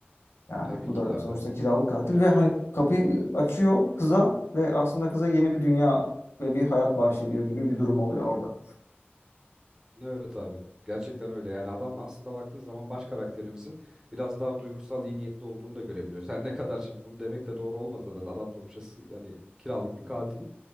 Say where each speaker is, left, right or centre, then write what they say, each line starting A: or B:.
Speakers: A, on the left; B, on the right.
A: Yani
B: Tabii
A: bu
B: ki
A: da
B: de abi.
A: sonuçta kiralık katil ve hani kapıyı açıyor kıza ve aslında kıza yeni bir dünya ve bir hayat bahşediyor gibi bir durum oluyor orada.
B: Evet abi. Gerçekten öyle. Yani adam aslında baktığın zaman baş karakterimizin biraz daha duygusal iyi niyetli olduğunu da görebiliyoruz. Her ne kadar şimdi bunu demek de doğru olmasa da adam sonuçta s- yani kiralık bir katil.